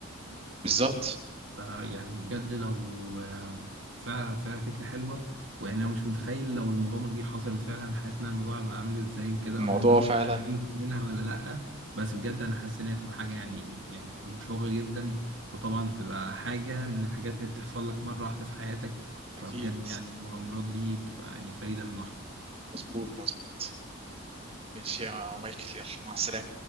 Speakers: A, on the right (about 30°); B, on the right (about 65°).
A: بالظبط
B: فيعني بجد لو آه، فعلا فعلا فكرة حلوة ويعني أنا مش متخيل لو المغامرة دي حصلت فعلا حياتنا الموضوع هيبقى عامل إزاي وكده
A: الموضوع
B: وهنقدر فعلا
A: فعلا
B: ننجو منها ولا لأ بس بجد أنا حاسس إن هي هتبقى حاجة يعني يعني مشوقة جدا وطبعا تبقى حاجة من الحاجات اللي بتحصل لك مرة واحدة في حياتك فبجد
A: اكيد
B: يعني المغامرات دي بتبقى يعني فريدة من نوعها
A: مظبوط مظبوط ماشي يا مايكل يلا مع السلامه